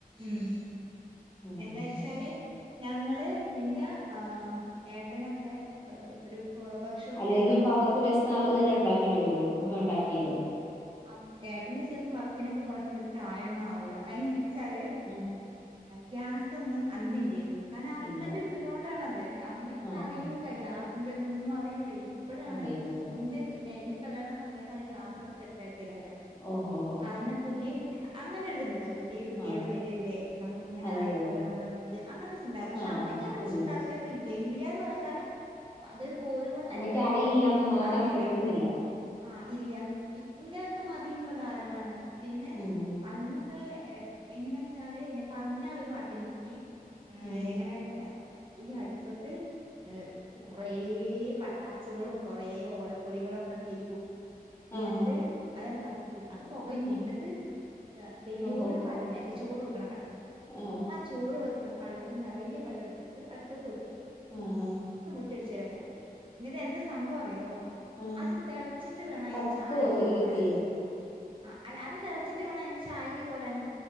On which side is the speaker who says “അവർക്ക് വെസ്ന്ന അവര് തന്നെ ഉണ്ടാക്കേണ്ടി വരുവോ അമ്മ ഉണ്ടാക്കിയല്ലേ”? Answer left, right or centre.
Left